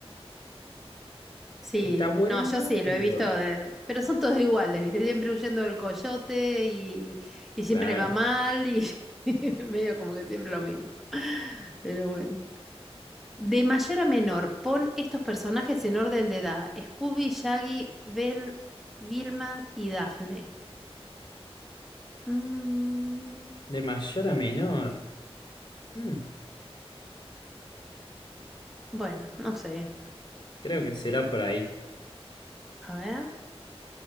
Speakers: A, in the centre; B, on the left.
A: Sí,
B: Está bueno,
A: no, yo sí, lo
B: pero
A: he visto, de- pero son todos iguales, ¿viste? Siempre huyendo del coyote y, y siempre
B: claro,
A: le va mal y <laughs> medio como que siempre lo mismo. Pero bueno. De mayor a menor, pon estos personajes en orden de edad. Scooby, Shaggy, Bell, Vilma y Daphne. Mm,
B: de mayor a menor. Mm,
A: bueno, no sé.
B: creo que será por ahí.
A: A ver.